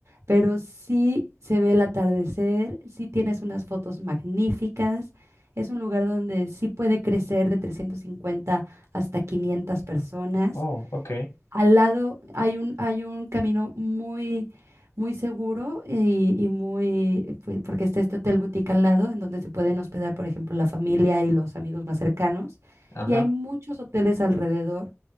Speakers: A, on the right; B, on the left.
A: Pero sí se ve el atardecer, sí tienes unas fotos magníficas, es un lugar donde sí puede crecer de 350 hasta 500 personas.
B: Oh, ok.
A: Al lado hay un, hay un camino muy, muy seguro y, y muy, pues, porque está este hotel boutique al lado, en donde se pueden hospedar, por ejemplo, la familia y los amigos más cercanos.
B: Ajá.
A: Y hay muchos hoteles alrededor,